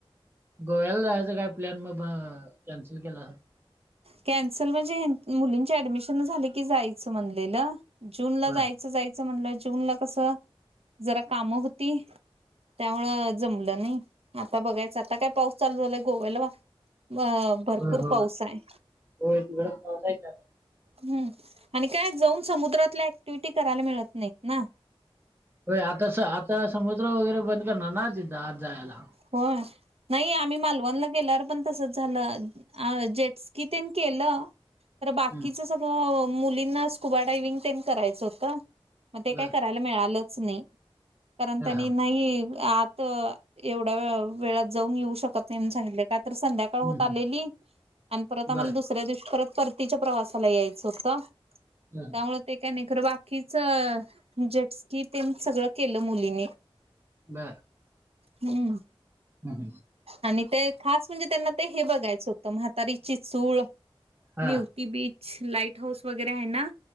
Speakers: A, on the right; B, on the right.
A: गोव्याला जायचं काय प्लॅन मग बा कॅन्सल केला.
B: कॅन्सल म्हणजे मुलींची ऍडमिशन झाली की जायचं म्हणलेलं. जूनला
A: बर
B: जायचं जायचं म्हणलं जूनला कसं जरा कामं होती. त्यामुळे जमलं नाही आता बघायचं आता काय पाऊस चालू झालाय गोव्याला अ भरपूर
A: होय होय
B: पाऊस आहे.
A: होय, तिगड़ी पौस आय, त्या
B: हम्म, आणि काय जाऊन समुद्रातल्या ऍक्टिव्हटी करायला मिळत नाहीत ना
A: होय,, आता, आता समुद्र वगैरे बंद करणार ना तिथं आत जायाला.
B: होय नाही आम्ही मालवणला गेल्यावर पण तसच झालं, जेटस कि केलं, तर बाकीच
A: हम्म
B: सगळ मुलींना स्कुबा डायविंग तन करायचं हुतं. मग ते
A: बर
B: काय करायला मिळालंच नाही कारण
A: हा
B: त्यांनी
A: हा
B: नाही आत. एवढ्या वेळात जाऊन येऊ शकत नाही, सांगले का? तर संध्याकाळ होत
A: हम्म
B: आलेली,
A: हम्म
B: आणि परत आम्हाला
A: बर
B: दुसऱ्या दिवशी परत परतीच्या प्रवासाला यायचं होत
A: हा
B: त्यामुळे ते काय? खरं बाकीच जेटस की तन सगळं केलं मुलींनी
A: बरं.
B: हम्म.
A: बागल <inaudible>
B: आणि ते खास म्हणजे त्यांना ते हे बघायचं होतं म्हातारीची चूळ,
A: हा
B: निवती बीच लाईट हाऊस वगैरे आहे ना,,